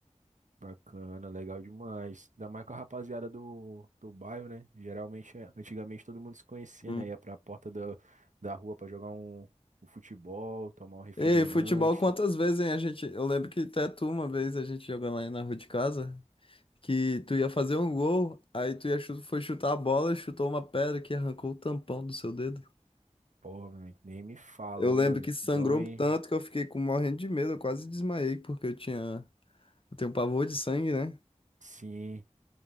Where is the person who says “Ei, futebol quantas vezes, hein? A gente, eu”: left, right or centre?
Left